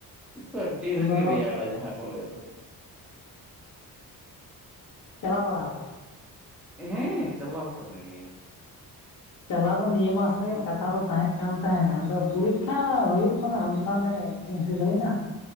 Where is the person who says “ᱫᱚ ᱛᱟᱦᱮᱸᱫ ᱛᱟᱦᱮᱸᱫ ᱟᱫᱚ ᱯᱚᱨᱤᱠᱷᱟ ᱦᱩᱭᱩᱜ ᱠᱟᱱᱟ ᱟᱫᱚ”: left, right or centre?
Left